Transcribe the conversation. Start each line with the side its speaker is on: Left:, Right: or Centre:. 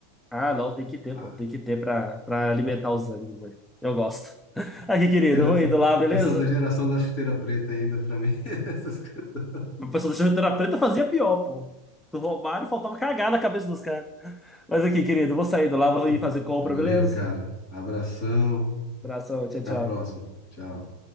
Centre: Ah, não, tem que ter,
Left: Ah,
Centre: pô, tem que ter pra, pra alimentar os ânimos aí. Eu gosto. <laughs> Aqui, querido,
Left: essa,
Centre: eu vou indo lá, beleza?
Left: essa da geração da chuteira preta ainda, pra mim, <laughs> essas coisas.
Centre: A pessoa da chuteira preta fazia pior, pô. Do Romário faltava cagar na cabeça dos caras. Mas aqui, querido, eu vou saindo lá, vou
Left: Hum.
Centre: ir fazer compra,
Left: Valeu,
Centre: beleza?
Left: cara. Abração.
Centre: Abração, tchau,
Left: Até
Centre: tchau.
Left: a próxima. Tchau.